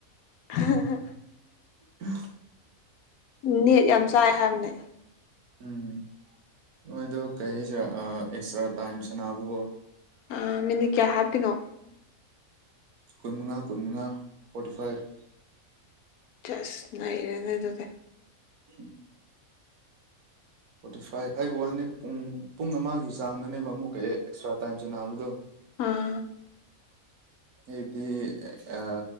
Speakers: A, on the left (about 80°); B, on the right (about 85°).
A: ꯍ
B: ꯎ
A: ꯅꯦꯠ ꯌꯥꯝ ꯆꯥꯏ ꯍꯥꯏꯕꯅꯦ
B: ꯎꯝ ꯃꯣꯏꯗꯣ ꯀꯔꯤ ꯍꯥꯏꯁꯤꯔ ꯑꯦꯛꯁꯇ꯭ꯔꯥ ꯇꯥꯏꯝ ꯁꯅꯥꯕꯨꯕꯣ
A: ꯑ ꯃꯤꯅꯤ ꯀꯌꯥ ꯍꯥꯄꯤꯅꯣ
B: ꯀꯨꯟꯃꯉꯥ ꯀꯨꯟꯃꯉꯥ ꯐꯣꯔꯇꯤ ꯐꯥꯏꯚ
A: ꯆꯁ ꯅꯥꯏꯔꯅꯦ ꯑꯗꯨꯗ
B: ꯎ ꯐꯣꯔꯇꯤ ꯐꯥꯏꯚ ꯍꯥꯏꯕ ꯋꯥꯅꯦ ꯄꯨꯡ ꯄꯨꯡ ꯑꯃꯒꯤ ꯆꯥꯡꯗꯅꯦꯕ ꯑꯃꯨꯛ ꯀꯛꯑꯦ ꯑꯦꯛꯁꯇ꯭ꯔꯥ ꯇꯥꯏꯝꯁꯦ ꯅꯥꯕꯗꯣ
A: ꯑꯥ
B: ꯏꯕꯗꯤ ꯑ ꯑ